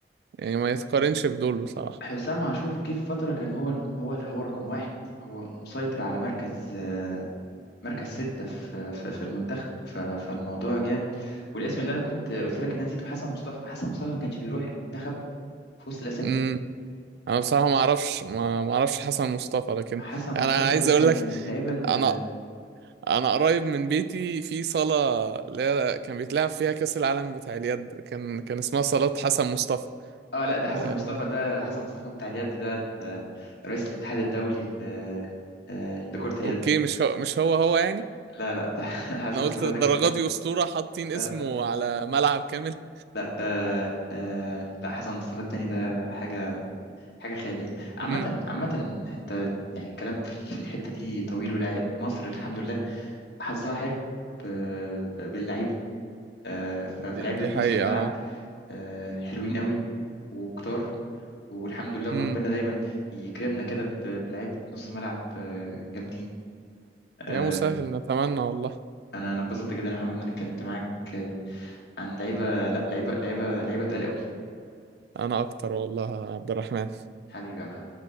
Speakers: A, on the right (about 60°); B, on the left (about 65°).
A: يعني ما يتقارنش بدول بصراحة
B: حسام عاشور جه في فترة كان هو هو هو رقم واحد هو مسيطر على مركز آه، مركز ستة في في في المنتخب ف- فالموضوع جامد والاسم اللي أنا كنت قلت لك إن أنا نسيته حسن مصطفى حسن مصطفى ما كانش بيروح المنتخب في وسط الأسامي
A: امم
B: دي
A: انا بصراحه ما اعرفش ما ما اعرفش حسن مصطفى لكن
B: حسن مصطفى
A: يعني انا عايز
B: ده كان
A: اقول لك
B: من اللعيبة ال-
A: انا انا قريب من بيتي في صاله اللي هي كان بيتلعب فيها كاس العالم بتاع اليد كان كان اسمها صالات حسن مصطفى
B: اه لا ده
A: آه،
B: حسن مصطفى ده حسن مصطفى بتاع اليد ده ال- رئيس الاتحاد الدولي ل- آه، لكرة اليد
A: اوكي مش هو مش هو هو يعني
B: لا لا ده <laughs> حسن
A: انا قلت
B: مصطفى
A: للدرجه
B: ده كان
A: دي اسطوره حاطين اسمه
B: لا لا
A: على ملعب كامل
B: لا ده آه، لا حسن مصطفى التاني ده حاجة حاجة خيالية عامة
A: امم
B: عامة انت يعني الكلام في في الحتة دي طويل ولا ومصر الحمد لله حظها حلو ب- ب- باللعيبة آه، ف-
A: دي,
B: فلعيبة
A: دي حقيقه
B: نص الملعب آه، حلوين قوي وكتار والحمد لله
A: امم
B: وربنا دايما يكرمنا كده ب- بلعيبة نص ملعب آه، جامدين آه،
A: يا مسهل نتمنى والله
B: انا انا اتبسطت جدا يا محمد ان انا اتكلمت معاك آه، عن لعيبة لا لعيبة لعيبة لعيبة تقال قوي
A: انا اكتر والله يا عبد الرحمن
B: حبيبي يا محمد